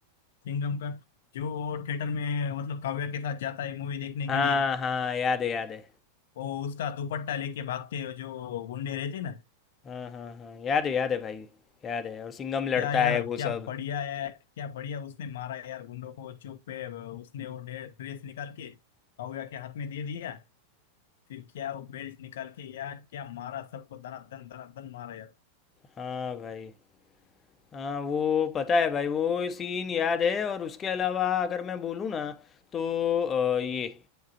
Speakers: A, on the left; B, on the left.
A: सिंघम का जो वो थिएटर में मतलब काव्या के साथ जाता है मूवी देखने
B: हाँ
A: के लिए
B: हाँ याद है याद है
A: वो उसका दुपट्टा लेके भागते हैं जो गुंडे रहते हैं ना
B: हाँ हाँ हाँ याद है याद है भाई याद है और सिंघम लड़ता
A: क्या यार
B: है वो
A: क्या
B: सब
A: बढ़िया है क्या बढ़िया उसने मारा यार गुंडों को चुप पे उसने वो ड्रेस निकाल के काव्या के हाथ में दे दिया फिर क्या वो बेल्ट निकाल के यार क्या मारा सबको धनाधन धनाधन मारा यार
B: हाँ भाई हाँ वो पता है भाई वो सीन याद है और उसके अलावा अगर मैं बोलूँ ना तो अ, ये